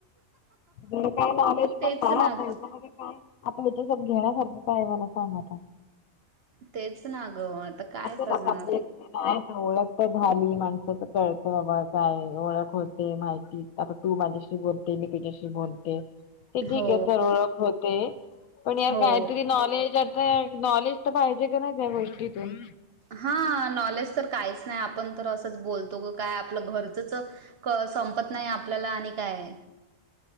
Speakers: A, on the left; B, on the right.
A: धड काय नॉलेज
B: तेच
A: पण नाय
B: ना
A: <unintelligible> आता
B: ग
A: हेच्या हेजात घेण्यासारख काय मला सांग आता.
B: तेच ना गं आता. काय
A: <unintelligible> ओळख
B: करणार
A: तर झाली. माणसं तर कळत बाबा काय ओळख होते माहिती. आता तू माझ्याशी बोलते. मी तुझ्याशी बोलते. ते ठीक
B: हो
A: आहे सोड ओळख होते. पण यार
B: हो
A: काहीतरी नॉलेज. काय नॉलेज तर पाहिजे कणी त्या गोष्टीतून.
B: हा नॉलेज काहीच नाही. आपण तर बोलतो क काय आपलं घरचंच. क संपत नाही आपल्याला आणि काय.